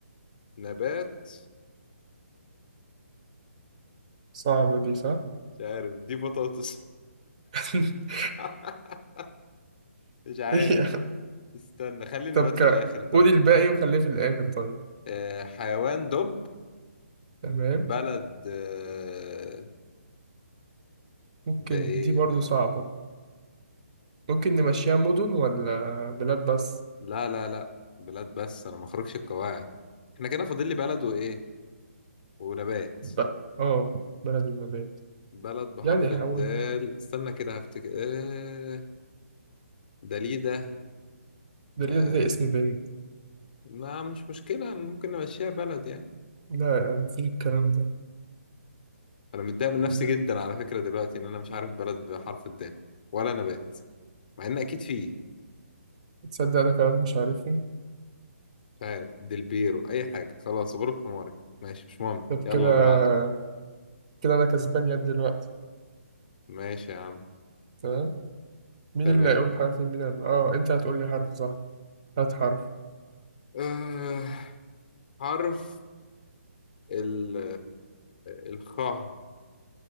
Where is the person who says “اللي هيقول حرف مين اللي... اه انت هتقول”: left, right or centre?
Right